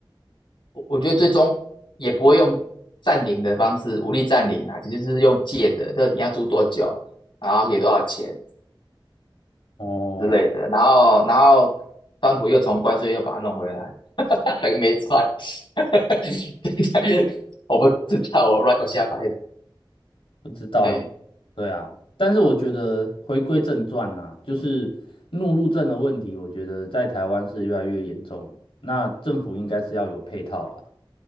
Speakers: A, on the left (about 65°); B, on the left (about 85°).
A: 我我觉得最终也不会用占领的方式，武力占领啦，就是用借的，这你要租多久，然后给多少钱
B: 哦。
A: 之类的，然后然后川普又从关税又把它弄回来，<laughs> 等个没赚，<laughs> 我不知道，我乱我瞎掰的，
B: 不知道哎，
A: 哎，
B: 对啊，但是我觉得回归正传啦、就是怒路症的问题，我觉得在台湾是越来越严重了。那政府应该是要有配套啦，